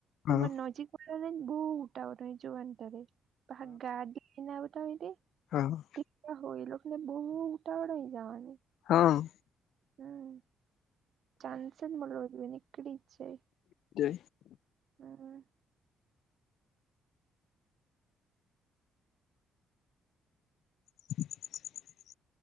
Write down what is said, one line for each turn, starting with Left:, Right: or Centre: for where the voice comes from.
Left: હા
Right: તેમાં નજીક. બુટ આ જોુવા ત્યારે ગાડી નાતા હો.
Left: હા હા.
Right: દી હોય એ લોકો ને બહુ ઉટવળઈ જવાની.
Left: હા.
Right: હમ ચન્સ મળળકડી છેે.
Left: જય.
Right: હમ.
Left: <unintelligible>